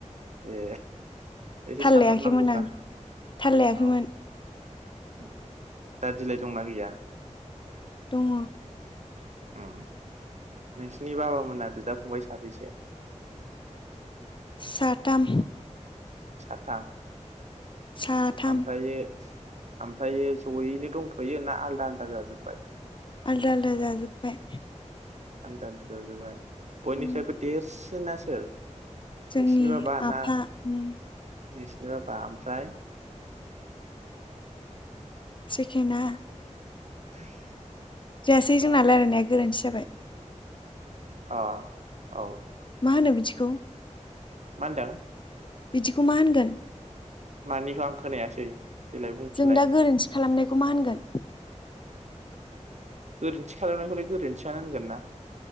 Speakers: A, on the right; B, on the left.
A: ए एसे
B: थाल
A: सानहाब
B: लायाखैमोन
A: नांगौब्रा
B: आं थाल लायाखैमोन
A: औ ओम दा दिलाइ दंना गैया?
B: दङ
A: ओ नोंसिनि बाबामोना बिदा फंबाय साबैसे?
B: साथाम
A: साथा
B: साथाम।
A: ओमफ्रायो ओमफ्रायो जयैनो दंथयो ना आलदा आलदा जाजोबबाय?
B: आलदा आलदा जाजोबबाय।
A: आलदा आलदा जाजोबाय। बयनिफ्रायबो
B: उम
A: देरसिन आ सोर?
B: जोंनि
A: नोंसिनि बाबा
B: आफा
A: ना
B: होम।
A: नोंसिनि बाबा ओमफ्राय
B: सेखेना
A: ओमफ्राय
B: जायासै जोंना रायलायनाया गोरोन्थि जाबाय।
A: अ औ
B: मा होनो बिदिखौ।
A: मा होनदों।
B: बिदिखौ मा होनगोन।
A: मानिखौ आं खोनायासै। देलाय बुंफिनलाय।
B: जों दा गोरोन्थि खालामनायखौ मा होनगोन।
A: गोरोन्थि खालामनायखौलाय गोरोन्थियानो होनगोन ना।